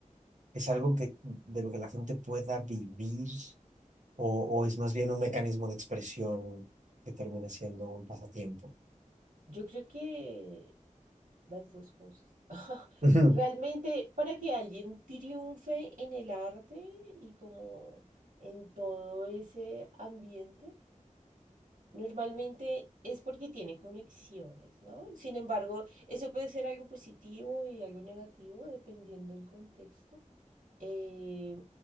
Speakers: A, on the right; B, on the right.
A: es algo que, de lo que la gente pueda vivir o, o es más bien un mecanismo de expresión que termina siendo un pasatiempo?
B: Yo creo que las dos cosas. <laughs>
A: <laughs> Ujú,
B: Realmente, para que alguien triunfe en el arte y como en todo ese ambiente, Normalmente es porque tiene conexiones, ¿no? Sin embargo, eso puede ser algo positivo y algo negativo dependiendo del contexto. Eh,